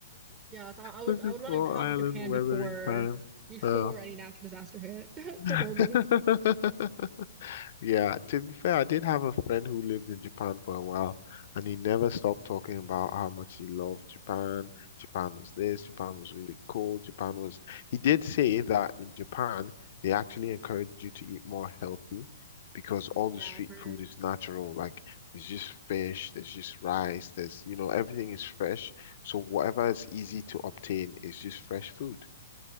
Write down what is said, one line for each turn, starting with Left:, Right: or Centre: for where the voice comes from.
Right: Yeah, so I, I would
Left: such
Right: I
Left: a
Right: would want
Left: small
Right: to travel
Left: island
Right: to Japan
Left: weathering
Right: before
Left: time.
Right: before
Left: Oh.
Right: any natural disaster hit, <laughs> preferably.
Left: <laughs> Yeah, to be fair, I did have a friend who lived in Japan for a while, and he never stopped talking about how much he loved Japan. Japan was this, Japan was really cool. Japan was, he did say that in Japan, they actually encourage you to eat more healthy because all
Right: Yeah,
Left: the street
Right: I've heard.
Left: food is natural. Like, there's just fish, there's just rice, there's, you know, everything is fresh. So, whatever is easy to obtain is just fresh food.